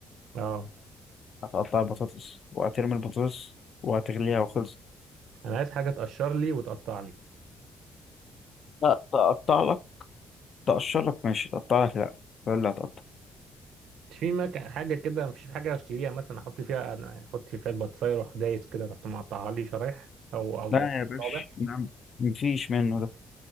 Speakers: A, on the right (about 80°); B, on the left (about 50°).
A: اه
B: وهتقطع البطاطس وهترمي البطاطس وهتغليها وخلص
A: انا عايز حاجة تقشر لي وتقطع لي
B: لا تقطع لك تقشر لك ماشي تقطع لك لا ولا هتقطع
A: مش في مك... حاجة كده مفيش حاجة اشتريها مثلا احط فيها انا احط فيها البطاطساية واروح دايس كده رحت مقطعها لي شرايح او او
B: لا يا باشا
A: طابع
B: نعم مفيش منه ده